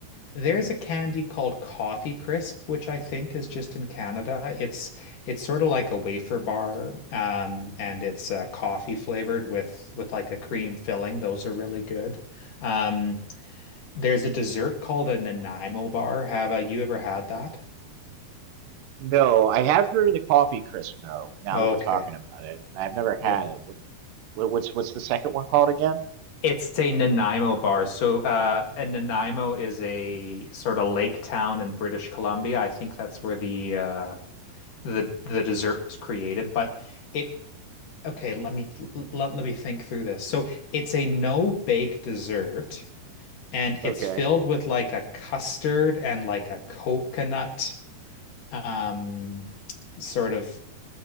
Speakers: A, on the left; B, on the right.
A: there's a candy called Coffee Crisp, which I think is just in Canada. It's it's sort of like a wafer bar, um, and it's uh, coffee flavored with with like a cream filling. Those are really good. Um, there's a dessert called a Nanaimo bar. Have uh, you ever had that?
B: No, I have heard of the coffee crisp though. Now
A: Okay,
B: that we're talking about it, I've never had
A: yeah.
B: it. What, what's what's the second one called again?
A: It's a Nanaimo bar. So, uh, and Nanaimo is a sort of lake town in British Columbia. I think that's where the uh, the the dessert was created, but. It, Okay, let me let, let me think through this. So it's a no-bake dessert and it's
B: Okay,
A: filled with like a custard and like a coconut um sort of